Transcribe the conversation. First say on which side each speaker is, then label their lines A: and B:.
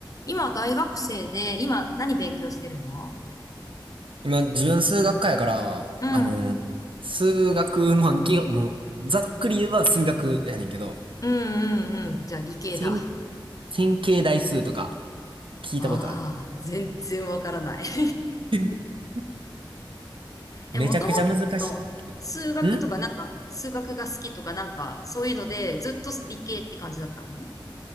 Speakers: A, on the left; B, on the right.
A: 今は大学生で、今何勉強してるの
B: 今、自分数学科やから、
A: うん。
B: あの、数学、まあ、きもう、ざっくり言えば数学やねんけど、
A: うんうんうん。じゃあ理系だ。
B: 線、線形代数とか聞いたことある。
A: ああ、全然わからない <laughs>
B: <laughs>
A: え、
B: めちゃくちゃ難しいけど。
A: もともと数学とかなんか、
B: ん
A: 数学が好きとかなんか、そういうので、ずっと理系って感じだったの